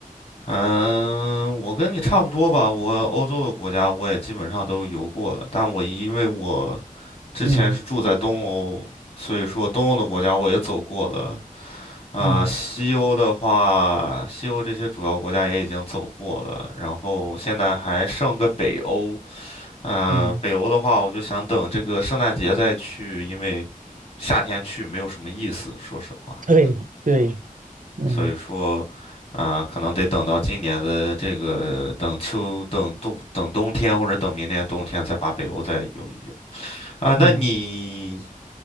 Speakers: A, on the left; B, on the right.
A: 嗯，我跟你差不多吧。我欧洲的国家我也基本上都游过了，但我因为我之前是住在东欧，
B: 嗯
A: 所以说东欧的国家我也走过了。啊、
B: 嗯
A: 西欧的话，西欧这些主要国家也已经走过了，然后现在还剩个北欧。嗯、
B: 嗯，
A: 北欧的话，我就想等这个圣诞节再去，因为夏天去没有什么意思，说实话。
B: 对对，嗯
A: 所以说，啊、可能得等到今年的这个等秋、等冬、等冬天，或者等明年冬天再把北欧再游一游。啊，那你
B: 嗯，